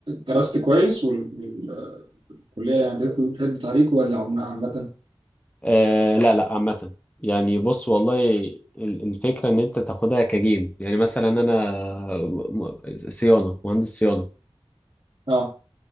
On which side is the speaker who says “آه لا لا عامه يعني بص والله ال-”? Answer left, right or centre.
Left